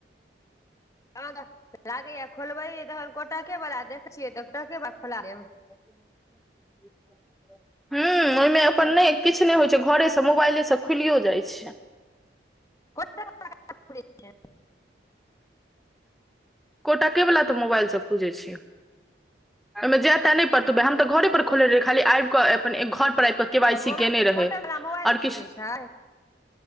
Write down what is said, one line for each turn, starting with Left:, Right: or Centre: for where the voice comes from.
Left: ह तऽ लागेय खोलबे तहन कटके बला देख छियै तऽ कोटक वला खोला लेब
Centre: <inaudible> <inaudible> हूँ ओहिमे अपन नहि किछु नहि होइ छै घरेसँ मोबाइलेसँ खुलियो जाइ छै
Left: कोटक <unintelligible>
Centre: कोटके वला तऽ मोबाइल सँ खुजै छियै ओहिमे जे ते नहि पड़तौबै हम तऽ घरे पर खोलने रहियै खाली आबि कऽ अपन एक घर पर आबि कऽ के वाइ
Left: तऽ
Centre: सी
Left: मोबाइल
Centre: केने रहै
Left: कोटक
Centre: आओर
Left: वला मोबाइल मे
Centre: किछु
Left: खुजै छै